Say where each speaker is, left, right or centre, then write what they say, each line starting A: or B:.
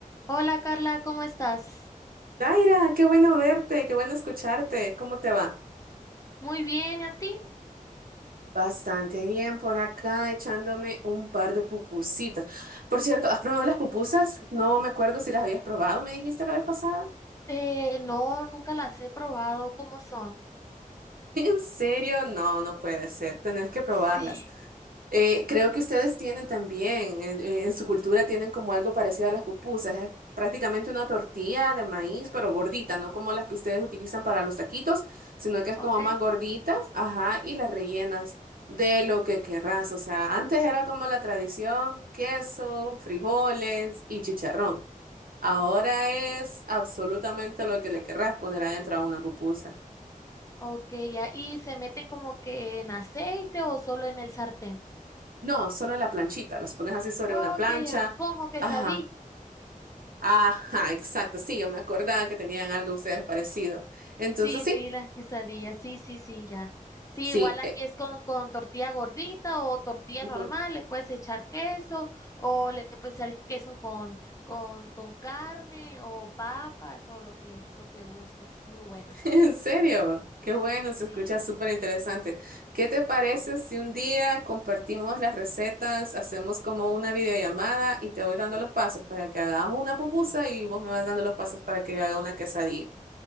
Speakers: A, on the left; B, on the right.
A: Hola Carla, ¿cómo estás?
B: Daira, qué bueno verte, qué bueno escucharte. ¿Cómo te va?
A: Muy bien, ¿y a ti?
B: Bastante bien por acá, echándome un par de pupusitas. Por cierto, ¿has probado las pupusas? No me acuerdo si las habías probado, me dijiste la vez pasada.
A: Eh, no, nunca las he probado, ¿cómo son?
B: <laughs> ¿En serio? No, no puede ser. Tenés que probarlas.
A: Sí,
B: Eh, creo que ustedes tienen también, en, en en su cultura tienen como algo parecido a las pupusas. Es prácticamente una tortilla de maíz, pero gordita, no como las que ustedes utilizan para los taquitos, sino que es
A: ok.
B: como más gordita, ajá, y las rellenas de lo que querrás. O sea, antes era como la tradición, queso, frijoles y chicharrón. Ahora es absolutamente lo que le querrás poner adentro a una pupusa.
A: Ok, ya, ¿y se meten como que en aceite o solo en el sartén?
B: No, solo en la planchita, las pones así sobre
A: Ok,
B: una plancha.
A: ya, ¿como quesadilla?
B: Ajá. Ajá, exacto. Sí, yo me acordaba que tenían algo ustedes parecido. Entonces,
A: Sí,
B: sí,
A: sí, las quesadillas, sí, sí, sí, ya. Sí,
B: sí.
A: igual aquí
B: eh,
A: es con, con tortilla gordita o tortilla
B: ujú.
A: normal, le puedes echar queso o le puedes echar queso con, con, con carne o papas o lo que, lo que gustes, muy buenas.
B: <laughs> En serio, qué bueno, se
A: Sí,
B: escucha súper interesante. ¿Qué te parece si un día compartimos las recetas, hacemos como una videollamada y te voy dando los pasos para que hagas una pupusa y vos me vas dando los pasos para que yo haga una quesadilla?